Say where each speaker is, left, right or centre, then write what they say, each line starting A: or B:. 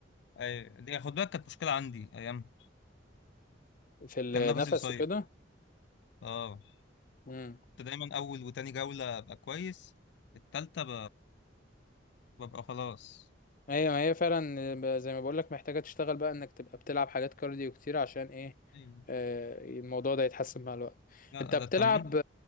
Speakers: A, on the left (about 60°); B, on the left (about 45°).
A: ايوه دي خد بالك كانت مشكلة عندي ايام
B: في النفس
A: كان نفسي قصير
B: وكده
A: اه
B: امم
A: كنت دايما اول وتاني جولة ابقى كويس التالتة ب... ببقى خلاص
B: هي ما هي فعلا زي ما بقول لك محتاجة تشتغل بقى انك تبقى بتلعب حاجات كارديو كتير عشان ايه
A: ايوه
B: آه، الموضوع ده يتحسن مع الوقت
A: لا
B: انت بتلعب
A: ده التمرين